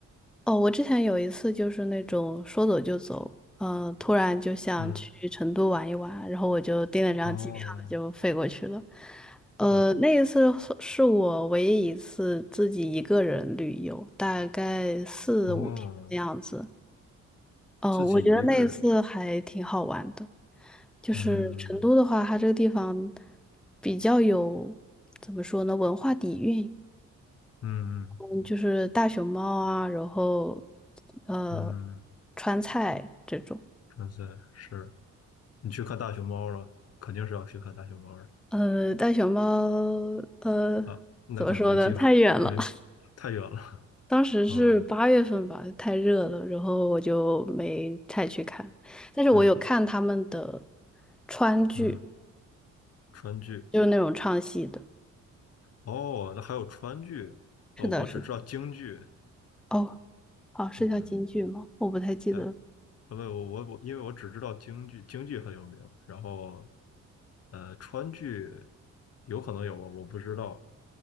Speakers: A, in the centre; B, on the left.
A: 哦，我之前有一次就是那种说走就走，呃，突然就想去成都玩一玩，
B: 嗯。
A: 然后我就订了张机票就飞过去了。
B: 哦，
A: 呃，
B: 我
A: 那一次是是我唯一一次自己一个人旅游，大概四五天的样子。
B: 哦，
A: 哦，
B: 自己一个人，
A: 我觉得那一次还挺好玩的。就是成都的话，
B: 嗯
A: 它这个地方比较有怎么说呢，文化底蕴。
B: 嗯
A: 嗯，就是大熊猫啊，然后呃，
B: 嗯，
A: 川菜这种。
B: 真是是，你去看大熊猫了，肯定是要去看大熊猫的
A: 呃，大熊猫呃，
B: 啊，那可能没机会，
A: 怎么说呢，太远了。
B: 没
A: <laughs>
B: 太远了
A: 当时是八月份吧，
B: 啊，
A: 太热了，然后我就没太去看。但是我有看他们的
B: 哎，
A: 川剧，
B: 嗯，川剧，
A: 就是那种唱戏的。
B: 哦，那还有川剧，
A: 是的，
B: 哦，我只知道京剧，
A: 是的。哦，哦，是叫京剧吗？
B: 嗯，
A: 我不太记得了
B: 哎，啊不，我我我，因为我只知道京剧，京剧很有名，然后呃，川剧有可能有吧，我不知道。